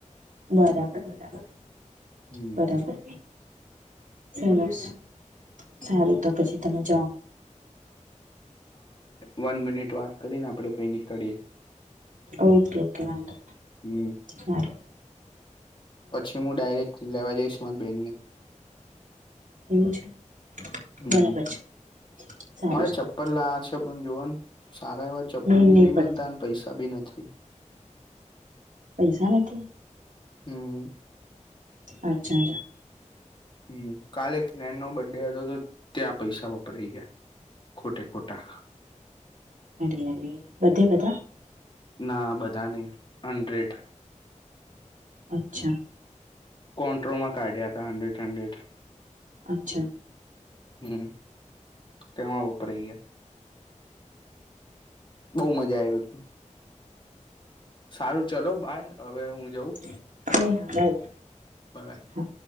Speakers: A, on the right (about 85°); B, on the left (about 40°).
A: બરાબર બરાબર.
B: હમ્મ
A: બરાબર સરસ સારું તો પછી તમે જાઓ
B: વન મિનિટ વાક કરીને આપડે પ નીકળીએ
A: ઓકે ઓકે નો
B: હમ
A: માર
B: પછી હું ડાયરેક્ટ લેવા જઈસ મારા બેેનને
A: એવું છે.
B: હમ્મ.
A: બરાબર છે સારું
B: મારે
A: સારું
B: ચપ્પલ લાયા છે પણ જોવા ને સારા એવા ચપ્પલ
A: નીર
B: બી
A: નહી
B: નઈ
A: પડતું
B: બનતા ને પૈસા ભી ન થી.
A: પૈસા નથી?
B: હમ્મ.
A: અચ્છા રેયા.
B: હમ્મ કાલે એક ફ્રેન્ડ નો બર્ડે હતો તો ત્યાં પૈસા વપરાય ગયા ખોટે ખોટા.
A: અરે અરે બધે બધા?
B: ના બધા નહી. હંડ્રેડ.
A: અચ્છા.
B: કોન્ટ્રો માં કાઢ્યા હતા હંડ્રેડ હંડ્રેડ.
A: અચ્છા.
B: હમ્મ, તેમાં વપરાઈ ગયા. બઉ મજા આઈવી પણ. સારું ચલો બાય હવે હું જઉં બાય
A: એ હા, બાય બાય.
B: બાય
A: હા.